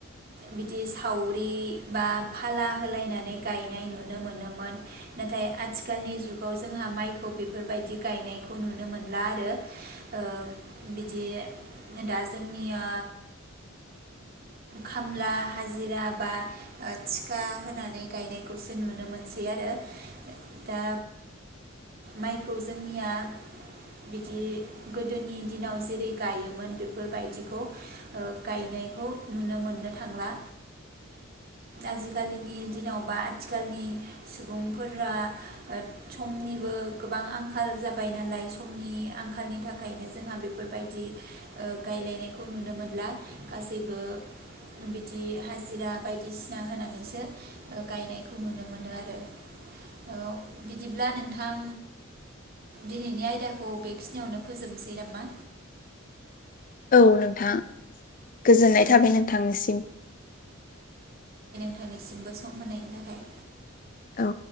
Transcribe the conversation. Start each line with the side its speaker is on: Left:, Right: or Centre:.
Right: बिदि सावरि बा फाला होलायनानै गायनाय नुनो मोनोमोन नाथाय आथिखालनि जुगाव जोंहा माइखौ बेफोरबायदि गायनायखौ नुनो मोनला आरो ओ बिदि दा जोंनिया खामला हाजिरा बा ओ थिखा होनानै गायनायखौसो नुनो मोनसै आरो दा माइखौ जोंनिया बिदि गोदोनि दिनाव जेरै गायोमोन बे फोरबायदिखौ ओ गायनायखौ नुनो मोननो थांला आजिखालिनि दिनाव बा आथिखालनि सुबुंफोरा ओ समनिबो गोबां आंखाल जाबाय नालाय समनि आंखालनि थाखायनो जोंहा बेफोरबायदि ओ गायलायनायखौ नुनो मोनला गासैबो बिदि हाजिरा बायदिसिना होनानैसो ओ गायनायखौ नुनो मोनो आरो ओ बिदिब्ला नोंथां दिनैनि आयदा औ बेखिनियावनो फोजोबनोसै नामा
Left: औ नोंथां गोजोननाय
Right: औ
Left: थाबाय नोंथांनिसिम
Right: थां निसिमबो सम होनायनि थाखाय।
Left: औ